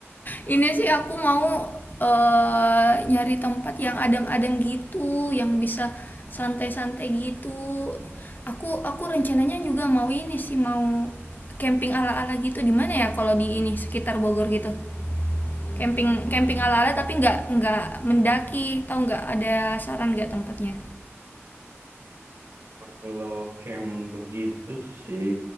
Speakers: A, on the left; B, on the right.
A: Ini sih aku mau eh, nyari tempat yang adem-adem gitu, yang bisa santai-santai gitu. Aku aku rencananya juga mau ini sih mau camping ala-ala gitu di mana ya kalau di ini sekitar Bogor gitu. Camping camping ala-ala tapi nggak nggak mendaki, tahu nggak ada saran nggak tempatnya?
B: Kalau camp begitu sih